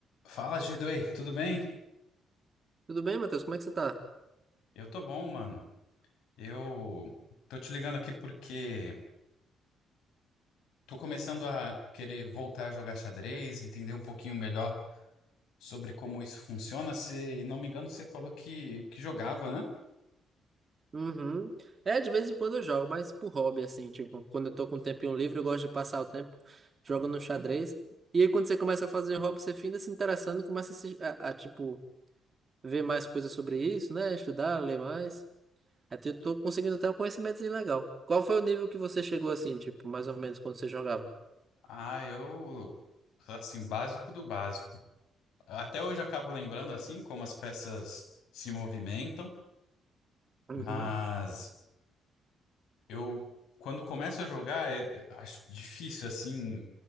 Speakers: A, on the left (about 85°); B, on the right (about 35°).
A: Fala, g tudo bem?
B: Tudo bem, Matheus? Como é que você tá?
A: Eu tô bom, mano. Eu tô te ligando aqui porque tô começando a querer voltar a jogar xadrez, entender um pouquinho melhor sobre como isso funciona. Se não me engano, você falou que, que jogava, né?
B: Uhum. É, de vez em quando eu jogo, mas por hobby, assim, tipo, quando eu tô com um tempinho livre, eu gosto de passar o tempo jogando xadrez. E aí, quando você começa a fazer hobby, você finda se interessando, começa a, se- a- a, tipo, ver mais coisas sobre isso, né? Estudar, ler mais. Até eu tô conseguindo até um conhecimento legal. Qual foi o nível que você chegou, assim, tipo, mais ou menos, quando você jogava?
A: Ah, eu, assim, básico do básico. Até hoje eu acabo lembrando, assim, como as peças se movimentam,
B: Uhum.
A: mas eu, quando começo a jogar, é- acho difícil, assim.